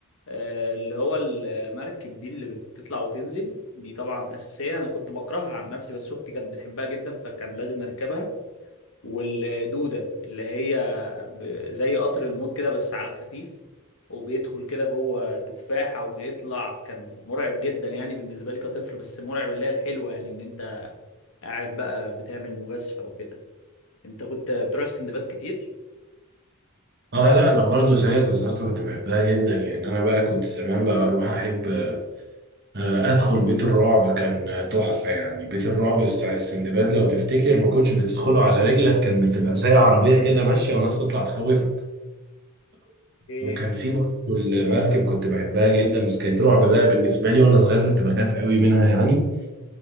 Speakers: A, on the left; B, on the right.
A: آه، اللي هو المركب دي اللي بتطلع وتنزل دي طبعا أساسية أنا كنت بكرهها عن نفسي بس أختي كانت بتحبها جدا فكان لازم نركبها والدودة اللي هي ب- زي قطر الموت كده بس على خفيف وبيدخل كده جوه تفاحة وبيطلع كان مرعب جدا يعني بالنسبة لي كطفل بس مرعب اللي هي الحلوة يعني إن أنت قاعد بقى بتعمل مجازفة وكده انت كنت بتروح السندباد كتير
B: اه لا انا برضو زيك بالظبط كنت بحبها جدا يعني انا بقى كنت زمان بقى اروح احب آه، ادخل بيت الرعب كان آه، تحفه يعني بيت الرعب بتاع السندباد لو تفتكر ما كنتش بتدخله على رجلك كان بتبقى زي عربيه كده ماشيه وناس تطلع تخوفك
A: ايه
B: وكان في برضو المركب كنت بحبها جدا بس كانت رعب بقى بالنسبه لي وانا صغير كنت بخاف قوي منها يعني